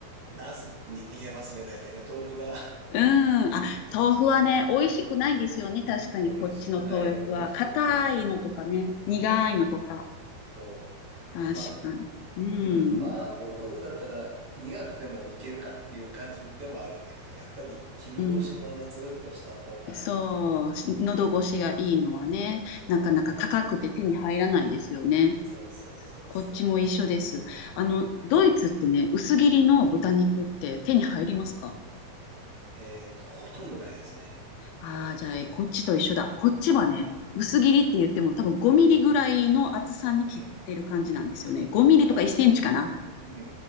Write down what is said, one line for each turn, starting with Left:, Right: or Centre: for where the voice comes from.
Right: う。茄子に逃げますね、大体ね。豆腐が
Left: うん。あ、豆腐はね、美味しくないですよね。確かに、
Right: <laughs> 美味しくない、
Left: こっちの豆腐は。
Right: 美味しくないし。
Left: 硬いのとかね、苦いのとか。
Right: うんと、
Left: 確かに。
Right: ま
Left: うん。
Right: うん、麻婆豆腐だったら苦くてもいけるかっていう感じでもあるんだけど、やっぱり絹ごしのあのつるっとした方が
Left: うん。そう。し喉越しがいいのはね、
Right: 美味しいよね。
Left: なかなか高くて手に入らないですよね。
Right: うん。そうそうそうそ
Left: こっちも一緒です。あの、
Right: う。うん。
Left: ドイツってね、薄切りの豚肉って手に入りますか
Right: えっと、ほとんどないですね。
Left: ああー、じゃあ、こっちと一緒だ。こっちはね、薄切りって言っても多分5ミリぐらいの厚さに切ってる感じなんですよね。
Right: うん。
Left: 5ミリとか1センチかな。
Right: <laughs> うん